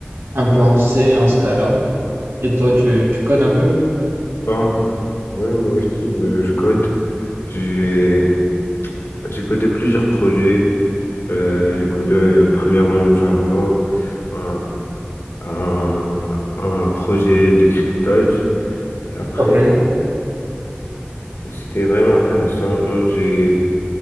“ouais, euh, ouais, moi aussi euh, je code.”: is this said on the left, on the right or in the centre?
Left